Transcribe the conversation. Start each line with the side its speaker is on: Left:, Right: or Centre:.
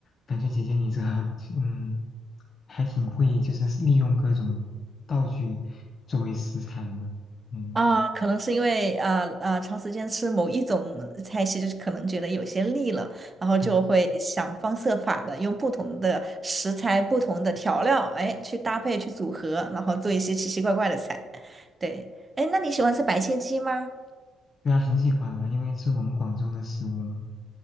Left: 感觉姐姐你这，<laughs> 嗯，还挺会，就是利用各种道具作为食材呢。嗯
Right: 啊，可能是因为呃呃长时间吃某一种菜系，就是可能觉得有些腻了，然后就会想方设法的用不同的食材、
Left: 嗯，
Right: 不同的调料，哎，去搭配、去组合，然后做一些奇奇怪怪的菜。对，哎，那你喜欢吃白切鸡吗？
Left: 对啊，很喜欢啊，因为是我们广州的食物嘛。